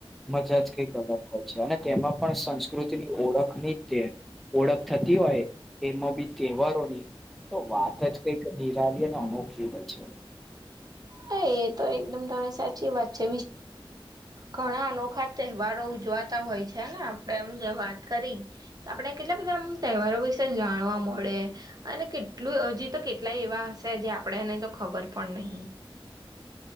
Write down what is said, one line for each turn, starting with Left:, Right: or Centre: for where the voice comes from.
Centre: જ કંઈક અલગ હોય છે, અને તેમાં પણ ઓળખની તે ઓળખ થતી હોય, એમાં બી તહેવારોની તો વાત જ. કઈક નિરાલીએ ને, અનોખી હોય છે.
Right: હા, એ તો એકદમ સાચી વાત છે. ઘણા અનોખા તહેવારો ઉજવાતા હોય છેને, આપણે એમ જે વાત કરી. આપણે કેટલા બધા તહેવારો વિશે જાણવા મળે. અને કેટલું હજી તો કેટલાય એવા હશે, જે આપણે એને તો ખબર પણ નહીં.